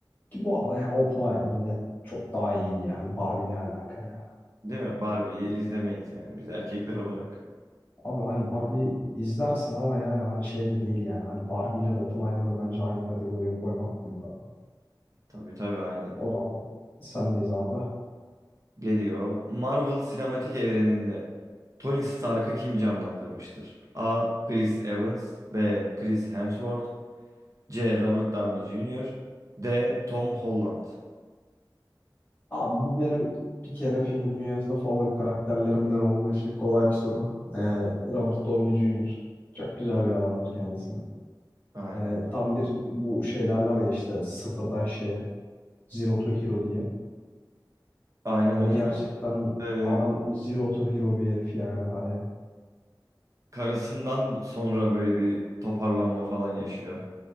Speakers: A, on the left (about 20°); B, on the right (about 45°).
A: Ki bu arada ya Open Iver net çok daha iyiydi yani. Barbie ne alaka ya?
B: Değil mi? Barbie'yi izlemeyiz yani biz erkekler olarak.
A: Abi hani Barbie izlersin ama yani hani şey de değil yani. Hani Barbie ile Oppenheimer'ı bence aynı kategoriye koymak büyük hata.
B: Tabii tabii aynen.
A: O zaman sendeyiz abi.
B: Geliyor. Marvel sinematik evreninde Tony Stark'ı kim canlandırmıştır? A. Chris Evans B. Chris Hemsworth C. Robert Downey Jr. D. Tom Holland.
A: Abi bu benim bir kere film dünyasında favori karakterlerimden olduğu için kolay bir soru. Ee, Robert Downey Jr. Çok güzel
B: O-
A: bir adamdır kendisi.
B: Aynen.
A: Hani tam bir bu şey derler ya işte sıfırdan şeye, zero to hero diye.
B: Aynen
A: Hani
B: o değil
A: gerçekten
B: mi? Ee,
A: adam zero to hero bir herif yani hani.
B: karısından sonra böyle bir toparlanma falan yaşıyor.